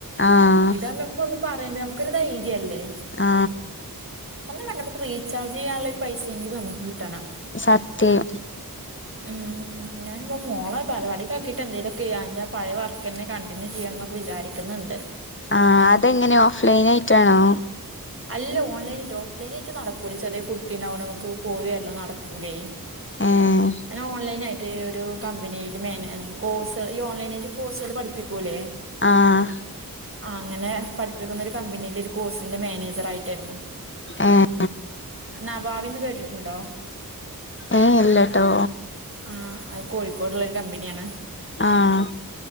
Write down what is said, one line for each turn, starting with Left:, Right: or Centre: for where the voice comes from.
Left: ആഹ്
Right: ഇതാവുമ്പോ നമുക്കൊന്നും പറയണ്ട നമുക്കൊരു ധൈര്യം അല്ലേ
Left: ആ
Right: ഒന്നും വേണ്ട നമുക്ക് റീചാർജ് ചെയ്യാനുള്ള ഒരു പൈസേങ്കിലും നമുക്ക് കിട്ടണം
Left: സത്യം
Right: ഉം ഞാനിപ്പോ മോള ബാലവാടി <unintelligible> എന്തെലൊക്കെയ് അ ഇന്റെ പയേ വർക്കന്നെ കണ്ടിന്യു ചിയ്യണം നൊക്കെ വിചാരിക്കുന്നുണ്ട്
Left: ആ അതെങ്ങനെ ഓഫ് ലൈൻ ആയിട്ടാണോ
Right: അല്ല ഓൺലൈനായിട്ട് ഓഫ്ലൈനായിട്ട് നടക്കൂല ചെറിയ കുട്ടിണ്ടാവോണ്ട് നമുക്ക് പോയിവരല് നടക്കൂലേ
Left: ഏഹ്
Right: ഞാൻ ഓൺലൈൻ ആയിട്ട് ഒരു കമ്പനിയില് <unintelligible> കോഴ്സ് ഈ ഓൺലൈനായിട്ട് കോഴ്സുകൾ പഠിപ്പിക്കൂല്ലേ
Left: ആഹ്
Right: ആഹ് അങ്ങനെ പഠിപ്പിക്കുന്ന ഒരു കമ്പനീല് ഒരു കോഴ്സിന്റെ മാനേജറായിട്ടായിരുന്നു
Left: ഏഹ്
Right: നവാവീന്ന് കേട്ടിട്ടുണ്ടോ
Left: ഏഹ് ഇല്ലട്ടോ
Right: ആഹ് അത് കോഴിക്കോട്ള്ളോരു കമ്പനിയാണ്
Left: ആഹ്